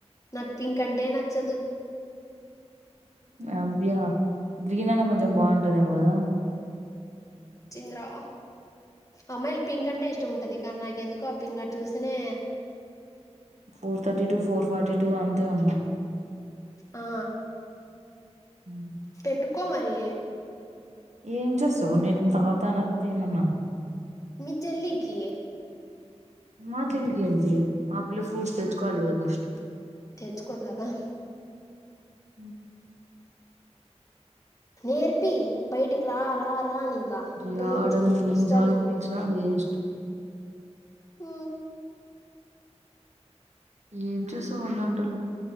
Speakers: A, on the left; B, on the right.
A: నాకు పింక్ అంటే నచ్చదు
B: అబా గ్రీన్ అన్నా కొంచెం బాగుంటదేమో కదా
A: ద్రా అమ్మాయిలకి పింక్ అంటె ఇష్టం ఉంటది కానీ నాకు ఎందుకో ఆ పింక్ అది చూస్తేనే
B: four thirty two four forty two అంతే ఉంది
A: ఆ
B: ఉ
A: పెట్టుకో మరి
B: ఏం చేస్తవి నేనేం తాగుతాన తి ఏమన్నా
A: మీ చెల్లి కి
B: మా చెల్లికి ఏంటి ఆ ఫ్రూట్ తెచ్చుకోవాలి కదా ఫస్ట్
A: తెచ్చుకోకదా
B: హ్మ్
A: నేర్పి బయటికి రా రా అని ఇంకా ఇప్పటి
B: రాదడి
A: నుంచి
B: ఏన్నిసార్లు
A: వస్తది
B: పీలిచినా వేస్ట్
A: ఊ
B: ఏం చేస్తావు అలాంటోలు